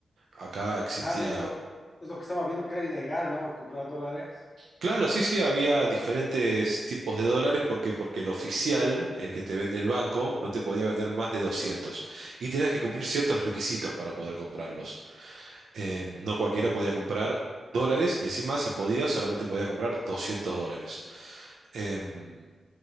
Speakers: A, on the right; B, on the left.
A: Acá existía...
B: Ah, de hecho, es lo que estaba viendo que era ilegal, ¿no? Comprar dólares.
A: Claro, sí, sí, había diferentes tipos de dólares porque, porque el oficial, el que te vende el banco, no te podía vender más de doscientos y tenías que cumplir ciertos requisitos para poder comprarlos. Eh, no cualquiera podía comprar dólares y encima si podía solamente podía comprar 200 dólares. Em,